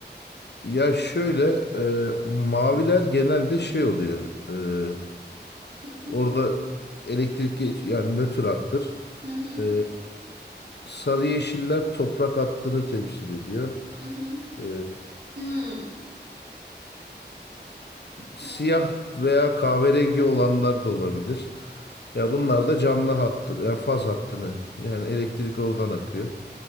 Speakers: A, on the left (about 70°); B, on the right (about 65°).
A: Ya şöyle e, maviler genelde şey oluyor. e,
B: Hı hı
A: orada elektrik geç, yani nötr hattır.
B: hı hı
A: E, sarı yeşiller toprak hattını temsil ediyor.
B: hı. hı.
A: E,
B: Hı.
A: siyah
B: Anladım.
A: veya kahverengi olanlar da olabilir. Ya bunlar
B: Hı.
A: da canlı hattı, yani faz hattını yani elektrik oradan akıyor.